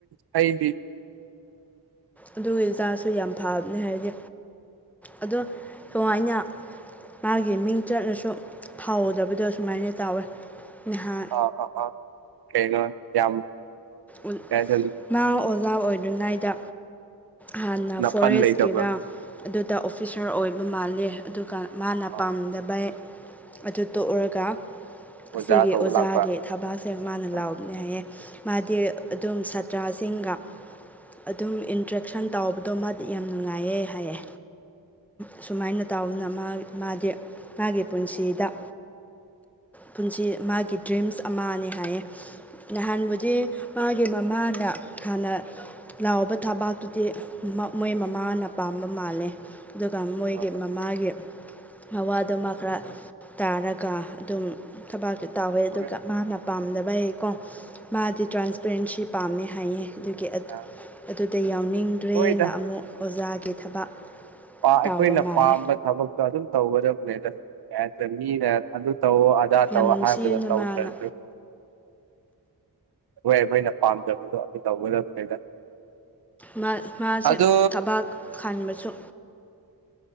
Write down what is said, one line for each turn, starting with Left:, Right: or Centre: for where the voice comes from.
Right: ꯍꯥꯏꯗꯤ
Centre: ꯑꯗꯨꯒꯤ ꯏꯖꯥꯁꯨ ꯌꯥꯝ ꯐꯕꯅꯦ ꯍꯥꯏꯕꯗꯤ ꯑꯗꯣ ꯁꯨꯃꯥꯏꯅ ꯃꯥꯒꯤ ꯃꯤꯡ ꯆꯠꯂꯁꯨ ꯐꯥꯎꯗꯕꯗꯣ ꯁꯨꯃꯥꯏꯅ ꯇꯧꯋꯦ ꯅꯍꯥ
Right: ꯑꯥ ꯑꯥ ꯑꯥ ꯀꯩꯅꯣ ꯌꯥꯝ
Centre: ꯎꯟ
Right: ꯀꯩ ꯍꯥꯏꯁꯤꯔ
Centre: ꯃꯥ ꯑꯣꯖꯥ ꯑꯣꯏꯗ꯭ꯔꯤꯉꯩꯗ ꯍꯥꯟꯅ
Right: ꯅꯥꯄꯟ
Centre: ꯐꯣꯔꯦꯁꯀꯤꯔ
Right: ꯂꯩꯇꯕ
Centre: ꯑꯗꯨꯗ ꯑꯣꯐꯤꯁꯥꯔ ꯑꯣꯏꯕ ꯃꯥꯂꯦ ꯑꯗꯨꯒ ꯃꯥꯅ
Right: ꯑ
Centre: ꯄꯥꯝꯗꯕꯩ ꯑꯗꯨ ꯇꯣꯛꯔꯒ
Right: ꯑꯣꯖꯥ
Centre: ꯁꯤꯒꯤ
Right: ꯇꯧꯕ
Centre: ꯑꯣꯖꯥꯒꯤ
Right: ꯂꯥꯛꯄ
Centre: ꯊꯕꯛꯁꯦ ꯃꯥꯅ
Right: ꯑ
Centre: ꯂꯥꯎꯕꯅꯦ ꯍꯥꯏꯌꯦ ꯃꯥꯗꯤ ꯑꯗꯨꯝ ꯁꯥꯇ꯭ꯔꯁꯤꯡꯒ ꯑꯗꯨꯝ ꯏꯟꯇ꯭ꯔꯦꯛꯁꯟ ꯇꯥꯎꯕꯗꯣ ꯃꯥꯗꯤ ꯌꯥꯝ ꯅꯨꯡꯉꯥꯏꯌꯦ ꯍꯥꯏꯌꯦ ꯁꯨꯃꯥꯏꯅ ꯇꯥꯎꯅ ꯃꯥ ꯃꯥꯗꯤ ꯃꯥꯒꯤ ꯄꯨꯟꯁꯤꯗ ꯄꯨꯟꯁꯤ ꯃꯥꯒꯤ ꯗ꯭ꯔꯤꯝꯁ ꯑꯃꯅꯦ ꯍꯥꯏꯌꯦ ꯅꯍꯥꯟꯕꯨꯗꯤ ꯃꯥꯒꯤ ꯃꯃꯥꯅ ꯍꯥꯟꯅ ꯂꯥꯎꯕ ꯊꯕꯥꯛꯇꯨꯗꯤ ꯃꯣꯏ ꯃꯃꯥꯅ ꯄꯥꯝꯕ ꯃꯥꯜꯂꯦ ꯑꯗꯨꯒ ꯃꯣꯏꯒꯤ
Right: ꯑ
Centre: ꯃꯃꯥꯒꯤ ꯃꯋꯥꯗꯣ ꯃꯥ ꯈꯔ ꯇꯥꯔꯒ ꯑꯗꯨꯝ ꯊꯕꯥꯛꯇꯤ ꯇꯥꯎꯋꯦ
Right: ꯍꯣꯏ
Centre: ꯑꯗꯨꯒ ꯃꯥꯅ ꯄꯥꯝꯗꯕꯩ ꯀꯣ ꯃꯥꯗꯤ ꯇ꯭ꯔꯥꯟꯁꯄꯦꯔꯦꯟꯁꯤ ꯄꯥꯝꯃꯦ ꯍꯥꯏꯌꯦ ꯑꯗꯨꯒꯤ ꯑꯗ
Right: ꯑ
Centre: ꯑꯗꯨꯗ ꯌꯥꯎꯅꯤꯡꯗ꯭ꯔꯦꯅ
Right: ꯍꯣꯏꯗ
Centre: ꯑꯃꯨꯛ ꯑꯣꯖꯥꯒꯤ ꯊꯕꯛ
Right: ꯑꯥ
Centre: ꯇꯧꯕ
Right: ꯑꯩꯈꯣꯏꯅ
Centre: ꯃꯥꯜꯂꯦ
Right: ꯄꯥꯝꯕ ꯊꯕꯛꯇꯣ ꯑꯗꯨꯝ ꯇꯧꯒꯗꯕꯝꯅꯦꯗ ꯀꯩꯍꯥꯏꯇꯔꯦ ꯃꯤꯅ ꯑꯗꯨ ꯇꯧꯑꯣ ꯗꯥ
Centre: ꯌꯥꯝ
Right: ꯇꯧꯑꯣ
Centre: ꯅꯨꯡꯁꯤꯅ
Right: ꯍꯥꯢꯕꯗꯣ ꯇꯧꯗ꯭ꯔꯁꯨ
Centre: ꯃꯥꯅ
Right: ꯍꯣꯏ ꯑꯩꯈꯣꯏꯅ ꯄꯥꯝꯖꯕꯗꯣ ꯑꯗꯨ ꯇꯧꯒꯗꯕꯅꯤꯗ
Centre: ꯃꯥ ꯃꯥꯁꯦ
Right: ꯑꯗꯣ
Centre: ꯊꯕꯥꯛ ꯈꯟꯕꯁꯨ